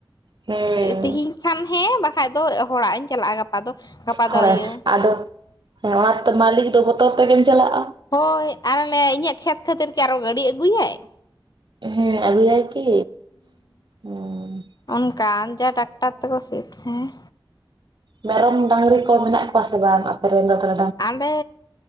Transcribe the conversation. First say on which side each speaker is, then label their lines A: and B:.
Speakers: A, on the right (about 60°); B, on the left (about 50°).
A: ᱦᱮᱸ
B: ᱛᱮᱦᱤᱧ ᱠᱷᱟᱱ ᱦᱮᱸ ᱵᱟᱠᱷᱟᱡ ᱫᱚ ᱦᱚᱲᱟᱜ ᱤᱧ ᱪᱟᱞᱟᱜᱼᱟ, ᱜᱟᱯᱟ ᱫᱚ ᱜᱟᱯᱟ
A: ᱦᱚᱲᱟᱜ
B: ᱫᱚ ᱤᱭᱟᱹ
A: ᱟᱫᱚ ᱦᱮᱸ ᱚᱱᱟᱛᱮ ᱢᱟᱹᱞᱤᱠ ᱫᱚ ᱵᱚᱛᱚᱨ ᱛᱮᱜᱮᱢ ᱪᱟᱞᱟᱜᱼᱟ᱾
B: ᱦᱳᱭ ᱟᱨ ᱮ ᱞᱟᱹᱭ ᱟᱭ ᱤᱧᱟᱹᱜ ᱠᱷᱮᱛ ᱠᱷᱟᱹᱛᱤᱨ ᱠᱤ ᱟᱨᱚ ᱜᱟᱹᱰᱤ ᱟᱹᱜᱩᱭᱟᱭ᱾
A: ᱦᱮᱸ ᱟᱜᱩᱭᱟᱭ ᱠᱤ ᱦᱩᱸ ᱾
B: ᱚᱱᱠᱟᱱ ᱡᱟ ᱴᱟᱠᱴᱟᱨ ᱛᱮᱠᱚ ᱥᱮ ᱦᱮᱸ
A: ᱢᱮᱨᱚᱢ ᱰᱟᱝᱨᱤ ᱠᱚ ᱢᱮᱱᱟᱜ ᱠᱚᱣᱟ ᱥᱮ ᱵᱟᱝᱟ ᱟᱯᱮ ᱨᱮᱱ ᱫᱚ ᱛᱟᱦᱚᱞᱮ
B: ᱟᱞᱮ